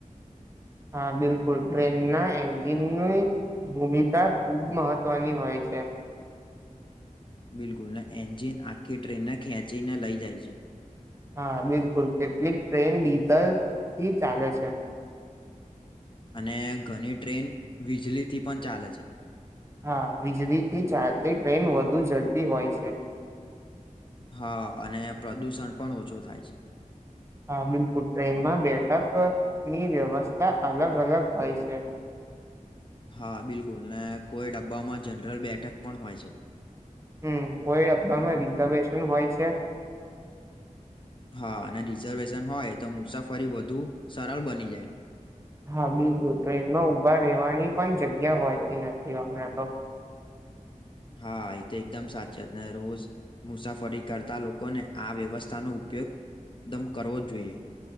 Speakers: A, on the right (about 20°); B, on the left (about 40°).
A: <inaudible> હા બિલકુલ ટ્રેન ના એન્જિનની ભૂમિકા ખુબ મહત્વની હોય છે છે
B: બિલકુલને એન્જિન આખી ટ્રેનને ખેંચીને લઈ જાય છે
A: હા બિલકુલ કેટલીક ટ્રેન ડીઝલ થી ચાલે છે
B: અને ઘણી ટ્રેન વીજળીથી પણ ચાલે છે
A: હા વીજળીથી ચાલતી ટ્રેન વધુ ઝડપી હોય છે
B: હા અને પ્રદુષણ પણ ઓછો થાય છે
A: હા બિલકુલ ટ્રેનમાં બેઠક ની વ્યવસ્થા અલગ અલગ હોય છે <inaudible>
B: હા બિલકુલ ને કોઈ ડબ્બામાં જનરલ બેઠક પણ હોય છે
A: હમ કોઈ હ્માં રિઝર્વેશન હોય છે
B: હા અને રિઝર્વેશન હોય તો મુસાફરી વધુ સરળ બની જાય
A: હા બિલકુલ ટ્રેનમાં ઉઊભા રહેવાની પણ જગ્યા હોયતી નથી હમણાં તો <inaudible>
B: હા એ તો એકદમ સાચી જ રોજ મુસાફરી કરતા લોકોને આ વ્યવસ્થાનો ઉપયોગદમ કરવો જોઈએ